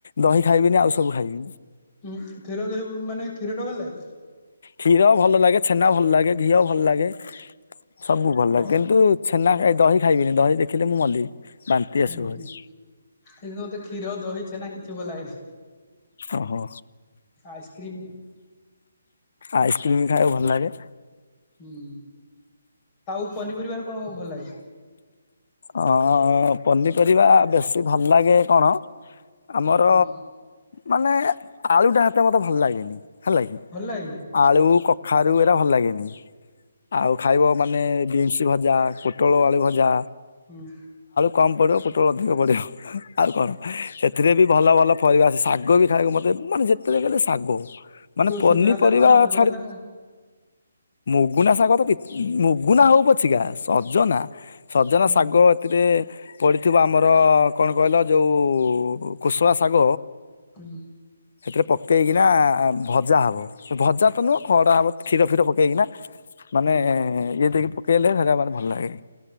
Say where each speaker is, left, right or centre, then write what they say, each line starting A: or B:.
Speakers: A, on the left; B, on the left.
A: ଦହି ଖାଇବିନି ଆଉ ସବୁ ଖାଇବି।
B: ଉଁ କ୍ଷୀର ଦହି ମାନେ କ୍ଷୀର ଟା ଭଲ ଲାଗେ?
A: କ୍ଷୀର ଭଲ ଲାଗେ, ଛେନା ଭଲ ଲାଗେ, ଘିଅ ଭଲ ଲାଗେ ସବୁ ଭଲ ଲାଗେ
B: ଓହୋ
A: କିନ୍ତୁ ଛେନା ଖା ଦହି ଖାଇବିନି ଦହି ଦେଖିଲେ ମୁଁ ମଲି। ବାନ୍ତି ଆସିବ
B: ହୁଁ
A: ଭାରି
B: ହୁଁ କିନ୍ତୁ ମତେ କ୍ଷୀର, ଦହି, ଛେନା କିଛି ଭଲ ଲାଗେନି।
A: ଓ ହୋ।
B: ଆଇସ୍କ୍ରିମ
A: ଆଇସ୍କ୍ରିମ ଖାଇବାକୁ ଭଲ ଲାଗେ?
B: ହୁଁ, ଆଉ ପନିପରିବାର କଣ-ଅ-ଅ ଭଲ ଲାଗେ?
A: ଅ ପନିପରିବା ବେଶୀ ଭଲ ଲାଗେ କଣ ଆମର
B: ହଁ
A: ମାନେ ଆଳୁଟା ହତେ ମୋତେ ଭଲ ଲାଗେନି। ହେଲା କିି
B: ଭଲ ଲାଗେନି
A: ଆଳୁ କଖାରୁ ଏଇଟା ଭଲ ଲାଗେନି। ଆଉ ଖାଇବ ମାନେ ବିନ୍ସ ଭଜା ପୋଟଳ ଆଳୁ ଭଜା
B: ହୁଁ।
A: କମ୍ ପଡ଼ିବ ପୋଟଳ ଅଧିକ ପଡ଼ିବ ଆଉ କଣ ଏଥିରେ ବି ଭଲ ଭଲ ପରିବା ଶାଗ ଗୋବି ଖାଇବାକୁ ମତେ ମାନେ ଯେତେବେ ଗଲେ ଶାଗ ମାନେ
B: କୋଉ
A: ପନିପରିବା
B: ସୁଜନା ଶାଗ ନା ମୁଗୁନା
A: ଛାଡି
B: ଶାଗ?
A: ମୁଗୁନା ଶାଗ ତ ମୁଗୁନା ହଉ ପଛିିକା ସଜନା ଜ
B: ହୁଁ
A: ଶାଗ ଏଥିରେ ପ ଥଥିବା ଆମର କଣ କହିଲ ଯୋଉ କୁଶଳା ଶାଗ
B: ହୁଁ
A: ସେଥିରେ ପକେଇକିନା ଭଜା ହବ। ଭଜା ତ ନୁହଁ ଖରଡ଼ା ହବ କ୍ଷୀର ଫୀର ପକେଇକିନା ମାନେ
B: ହୁଁ
A: ଇଏ ଦେଇକି ପକେଇଲେ ସେଇଟା ଭାରି ଭଲ ଲାଗେ।